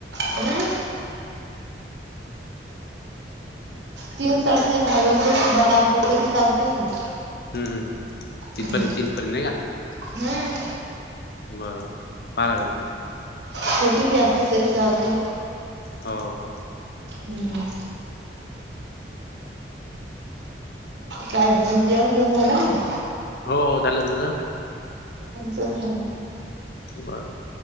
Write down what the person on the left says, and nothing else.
ह ह तिथपर्यंत
तीनपर्यंत आहे का
बरं बर पाारा झाल म
हो
हो झालं तुमचं
बरर